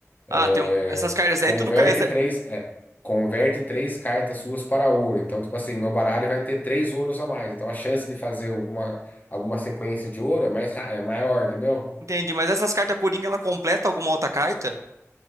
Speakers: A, on the left; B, on the right.
A: É,
B: Ah, tem um- essas cartas
A: converte
B: aí, tudo. ca- essa-
A: três, é, converte três cartas suas para ouro. Então, tipo assim, meu baralho vai ter três ouros a mais. Então, a chance de fazer alguma, alguma sequência de ouro é mais, ra- é maior, entendeu?
B: Entendi, mas essas cartas Coringa, ela completa alguma outra carta?